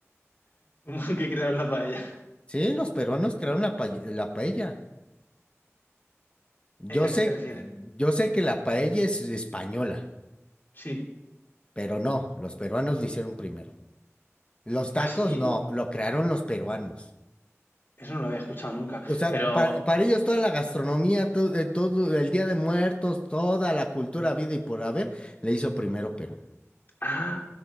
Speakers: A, on the left (about 40°); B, on the left (about 20°).
A: <laughs> Como que crearon la paella.
B: Sí, los peruanos crearon la, pae- la paella. Yo
A: Eh, ¿A
B: sé,
A: qué te refieres?
B: yo sé que la paella es española,
A: Sí.
B: pero no, los peruanos lo hicieron primero. Los tacos
A: ¿Ah, sí?
B: no, lo crearon los peruanos.
A: Eso no lo había escuchado nunca,
B: O sea,
A: pero
B: para, para ellos toda la gastronomía, to- eh, todo el Día de Muertos, toda la cultura, vida y por haber, le hizo primero Perú.
A: ah,